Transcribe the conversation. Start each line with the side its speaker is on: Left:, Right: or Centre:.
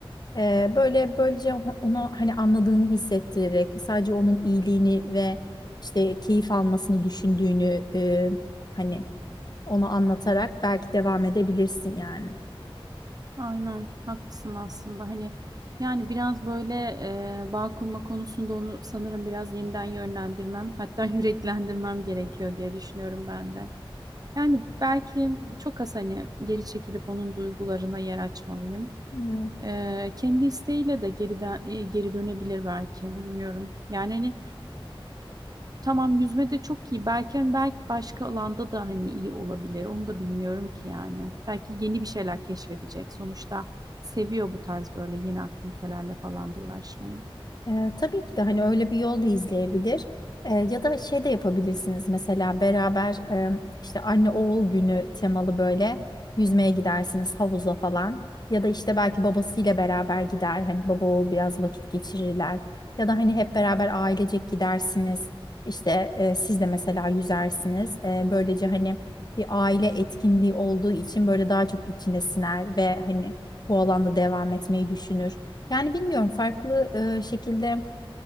Left: Ee, böyle böylece ona hani anladığını hissettirerek sadece onun iyiliğini ve işte keyif almasını düşündüğünü e, hani ona anlatarak belki devam edebilirsin yani.
Right: Aynen haklısın aslında hani yani biraz böyle e, bağ kurma konusunda onu sanırım biraz yeniden yönlendirmem hatta <laughs> yüreklendirmem gerekiyor diye düşünüyorum ben de. Yani belki çok az hani geri çekilip onun duygularına yer açmalıyım.
Left: Hmm.
Right: E, kendi isteğiyle de geriden, e, geri dönebilir belki bilmiyorum. Yani hani Tamam yüzme de çok iyi. Belki hani belki başka alanda da hani iyi olabilir. Onu da bilmiyorum ki yani. Belki yeni bir şeyler keşfedecek. Sonuçta seviyor bu tarz böyle yeni aktivitelerle falan da uğraşmayı.
Left: Ee, tabii ki de hani öyle bir yol da izleyebilir. Ee, ya da şey de yapabilirsiniz mesela beraber e, işte anne oğul günü temalı böyle yüzmeye gidersiniz havuza falan. Ya da işte belki babasıyla beraber gider hani baba oğul biraz vakit geçirirler. Ya da hani hep beraber ailecek gidersiniz. İşte e, siz de mesela yüzersiniz. E, böylece hani bir aile etkinliği olduğu için böyle daha çok içine siner ve hani bu alanda devam etmeyi düşünür. Yani bilmiyorum farklı e, şekilde